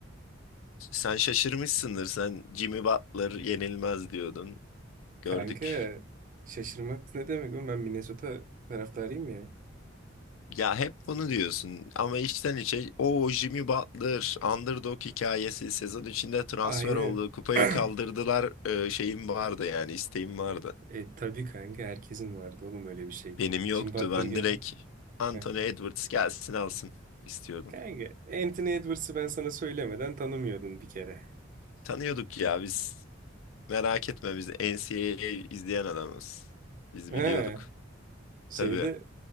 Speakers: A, on the left; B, on the right.
A: Sen şaşırmışsındır. Sen Jimmy Butler yenilmez diyordun. Gördük.
B: Kanka şaşırmak ne demek oğlum ben Minnesota taraftarıyım ya.
A: Ya hep bunu diyorsun ama içten içe o Jimmy Butler underdog hikayesi sezon içinde transfer
B: Aynen.
A: oldu. Kupayı
B: <clears throat>
A: kaldırdılar. e, şeyim vardı yani isteğim vardı.
B: E tabii kanka herkesin vardı oğlum öyle bir şey.
A: Benim yoktu.
B: Jim Butler
A: Ben
B: gel.
A: direkt Anthony
B: Heh.
A: Edwards gelsin alsın istiyordum.
B: Kanka Anthony Edwards'ı ben sana söylemeden tanımıyordun bir kere.
A: Tanıyorduk ya biz Merak etme biz NCAA izleyen adamız. Biz
B: Ha,
A: biliyorduk.
B: şeyde
A: Tabii.